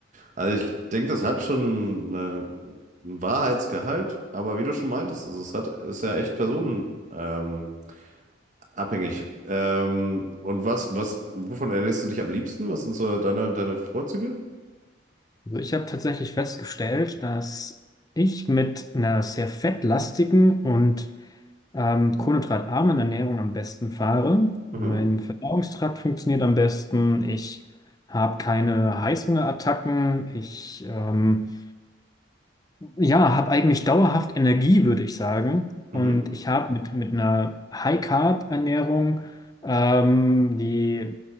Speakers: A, on the right; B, on the left.
A: Also ich denke, das hat schon äh, einen Wahrheitsgehalt, aber wie du schon meintest, es hat, ist ja echt Personen, ähm, Abhängig. Ähm, und was, was, wovon ernährst du dich am liebsten? Was sind so deine, deine Vorzüge?
B: Also ich habe tatsächlich festgestellt, dass ich mit einer sehr fettlastigen und ähm, kohlenhydratarmen Ernährung am besten fahre.
A: Mhm.
B: Mein Verdauungstrakt funktioniert am besten. Ich habe keine Heißhungerattacken. Ich ähm, ja, habe eigentlich dauerhaft Energie, würde ich sagen.
A: Mhm.
B: Und ich habe mit, mit einer High-Carb-Ernährung, ähm, die